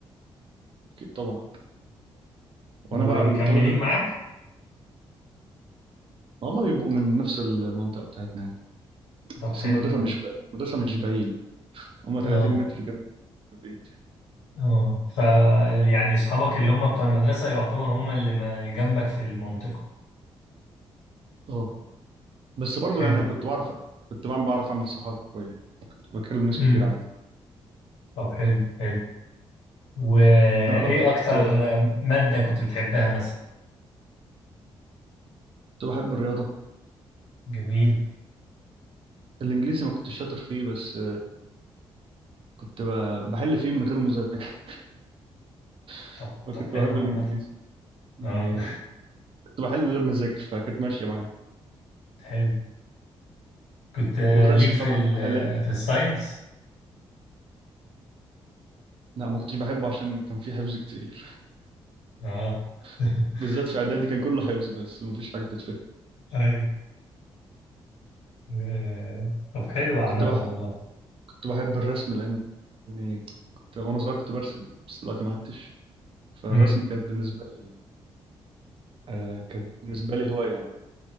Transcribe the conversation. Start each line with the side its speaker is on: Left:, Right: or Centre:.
Right: أكيد طبعا
Left: ومكملين
Right: وأنا بقى الطالب اللي
Left: معاك
Right: هما بيبقوا من نفس المنطقة بتاعتنا يعني.
Left: طب
Right: بس
Left: حلو
Right: المدرسة مش بعيد المدرسة مش بعيد هم 30
Left: اه
Right: متر جنب البيت
Left: اه ف يعني اصحابك اللي هم بتوع المدرسه يعتبر هم اللي ما جنبك في المنطقه
Right: اه بس برضو
Left: حلو
Right: يعني انا كنت بعرف كنت بعمل بعرف اعمل صحاب كويس كنت بكلم ناس
Left: امم
Right: كتير عادي
Left: طب حلو حلو وايه
Right: انا بقى كنت
Left: اكتر ماده كنت بتحبها مثلا
Right: كنت بحب الرياضه
Left: جميل
Right: الانجليزي ما كنتش شاطر فيه بس كنت ب- بحل فيه من غير مذاكره <laughs>
Left: طب
Right: فكنت
Left: طب حلو
Right: بحب
Left: عامه
Right: الانجليزي يعني
Left: اه
Right: كنت بحل من غير مذاكر فكانت ماشيه معايا
Left: <laughs> حلو كنت
Right: والرسم
Left: ليك في
Right: طبعا
Left: ال
Right: بحل
Left: في الساينس
Right: لا ما كنتش بحبه عشان كان فيه حفظ كتير
Left: اه <laughs>
Right: <laughs> بالذات في اعدادي كان كله حفظ بس ما فيش حاجه بتتفهم
Left: ايوه آه، طب حلو عامه
Right: كنت بحب
Left: والله
Right: كنت بحب الرسم لان إني كنت وانا صغير كنت برسم بس دلوقتي ما عدتش فالرسم
Left: امم
Right: كانت بالنسبه لي آه كانت بالنسبة لي هواية يعني